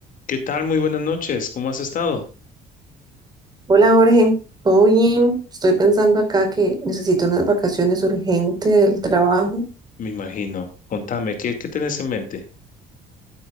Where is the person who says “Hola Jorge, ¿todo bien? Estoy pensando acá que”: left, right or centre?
Right